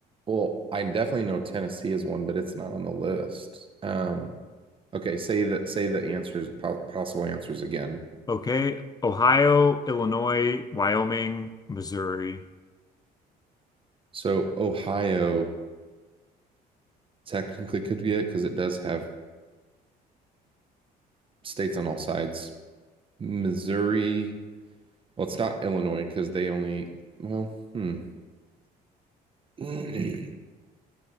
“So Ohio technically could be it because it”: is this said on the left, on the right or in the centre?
Right